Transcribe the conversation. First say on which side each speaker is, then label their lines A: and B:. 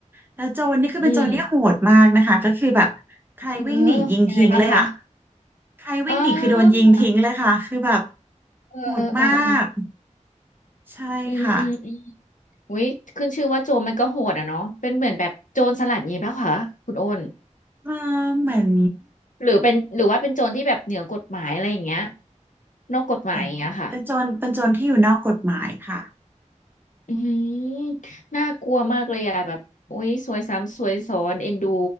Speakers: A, on the right; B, on the left.
A: แล้วโจรนี่คือเป็นโจรที่โหดมากนะคะก็คือแบบใครวิ่งหนียิงทิ้งเลยอ่ะ
B: อืมเออยังไงบ้างคะ
A: ใครวิ่งหนีคือโดนยิงทิ้งเลยค่ะคือแบบ
B: อ๋อเออเออเออเออ
A: โหดมากใช่ค่ะ
B: อืมอืมอืม อุ้ยขึ้นชื่อว่าโจรมันก็โหดอ่ะเนาะเป็นเหมือนแบบโจรสลัดงี้ป่ะคะคุณโอน
A: เออเหมือน
B: หรือเป็นหรือว่าเป็นโจรที่แบบเหนือกฎหมายอะไรอย่างเงี้ยนอกกฎหมายอย่างเงี้ยค่ะ
A: เหมือนเป็นโจรเป็นโจรที่อยู่นอกกฎหมายค่ะ
B: อืมน่ากลัวมากเลยอะแบบโอ้ยสวยซ้ำสวยซ้อนเอ็นดู